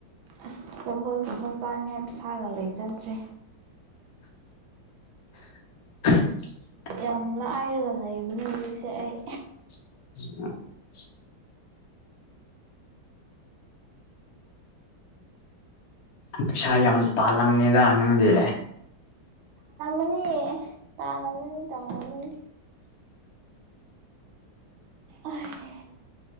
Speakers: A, on the right (about 85°); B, on the left (about 60°).
A: ꯑꯁ ꯑꯆꯥꯕꯣꯠꯒꯨꯝꯕ ꯆꯥꯅꯕ ꯄꯩꯁꯥꯒ ꯂꯩꯖꯗ꯭ꯔꯦ
B: <unintelligible>
A: ꯌꯥꯝ ꯂꯥꯏꯔꯒ ꯂꯩꯕꯅꯦ ꯍꯧꯖꯤꯛꯁꯦ ꯑꯩ
B: <unintelligible> ꯄꯩꯁꯥ ꯌꯥꯝ ꯇꯥꯜꯂꯝꯅꯤꯗ ꯅꯪꯗꯤ
A: ꯇꯥꯟꯂꯥꯝꯃꯅꯤ ꯇꯥꯟꯂꯥꯝꯃꯅꯤ ꯑꯥꯏ